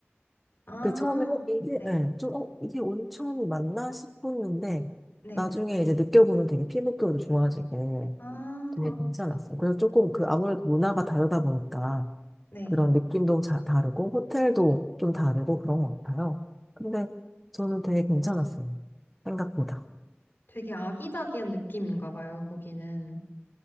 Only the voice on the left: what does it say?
아,
네,
네.
아,
네.
되게 아기자기한 느낌인가 봐요, 거기는.